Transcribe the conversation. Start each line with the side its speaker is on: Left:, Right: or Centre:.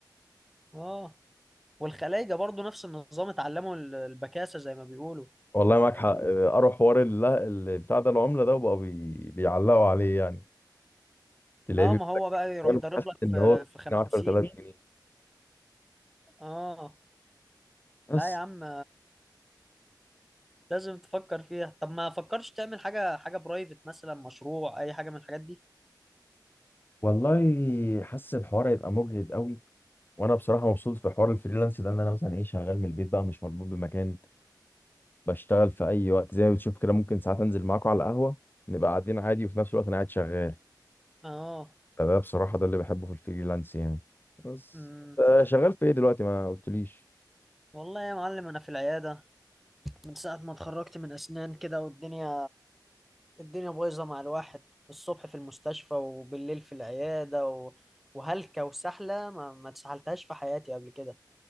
Centre: اه والخلايجه برضو نفس النظام اتعلموا ال- البكاسه زي ما بيقولوا
Left: والله معاك
Centre: اه
Left: حق اه، قروا حوار ال- ال- بتاع ده العمله ده وبقوا بي... بيعلقوا عليه يعني تلاقيه
Centre: آه،
Left: بيقول
Centre: ما هو
Left: لك
Centre: بقى يروح
Left: يعني
Centre: ضارب
Left: حاسس
Centre: لك
Left: ان
Centre: في
Left: هو
Centre: في 50
Left: 10000 جنيه
Centre: اه
Left: بس
Centre: لا يا عم لازم تفكر فيها طب ما فكرش تعمل حاجة حاجة برايفت مثلا مشروع أي حاجة من الحاجات دي
Left: والله حاسس الحوار هيبقى مجهد قوي وانا بصراحه مبسوط في حوار الفريلانس ده ان انا مثلا ايه شغال من البيت بقى مش مربوط بمكان بشتغل في اي وقت زي ما بتشوف كده ممكن ساعات انزل معاكم على القهوه نبقى قاعدين عادي وفي نفس الوقت انا قاعد شغال
Centre: اه
Left: فده بصراحه ده اللي بحبه في الفريلانس يعني بس
Centre: امم
Left: آه، شغال في ايه دلوقتي ما قلتليش
Centre: والله يا معلم أنا في العيادة من ساعة ما اتخرجت من أسنان كده والدنيا الدنيا بايظة مع الواحد الصبح في المستشفى وبالليل في العيادة و... وهلكة وسحلة ما, ما اتسحلتهاش في حياتي قبل كده